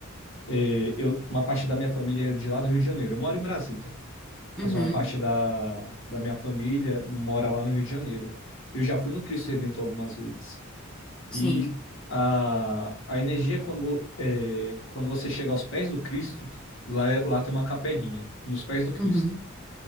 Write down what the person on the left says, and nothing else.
é, eu, uma parte da minha família é de lá do Rio de Janeiro. Eu moro em Brasília, mas
uma parte da, da minha família mora lá no Rio de Janeiro. Eu já fui no Cristo Redentor algumas vezes.
E a, a energia, quando, é, quando você chega aos pés do Cristo, lá, é- lá tem uma capelinha, nos pés do Cristo.